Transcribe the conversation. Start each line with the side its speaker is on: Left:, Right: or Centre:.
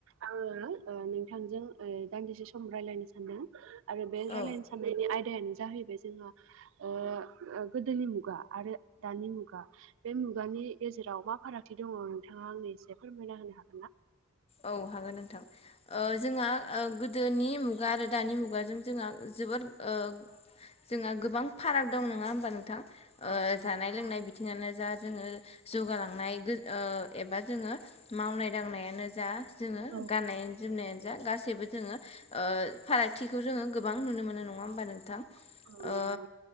Right: आङो ओ नोंथांजों ओ दान्दिसे सम रायलायनो सानदों। आरो बे
Left: औ
Right: रायलायनो साननायनि आयदायानो जाहैबाय जोंहा ओ गोदोनि मुगा आरो दानि मुगा। बे मुगानि गेजेराव मा फारागथि दङ नोंथाङा आंनो एसे फोरमायना होनो हागोन ना?
Left: औ हागैन नोंथां
Right: औ
Left: ओ जोंहा ओ गोदोनि मुगा आरो दानि जोंहा जोबोद ओ जोंहा गोबां फाराग दं नङा होमबा नोंथां
Right: औ
Left: ओ
Right: नंगौ
Left: जानाय
Right: नोंथां
Left: लोंनाय बि बिथिङानो जा जोङो जौगालांनाय ओ एबा जोङो मावनाय दांनायानो जा जोङो
Right: औ
Left: गाननायानो जोमनायानो जा गासैबो जोङो ओ फारागथिखौ जोङो गोबां नुनो मोनो नङा होमबा नोंथां?
Right: औ नंगौ
Left: ओ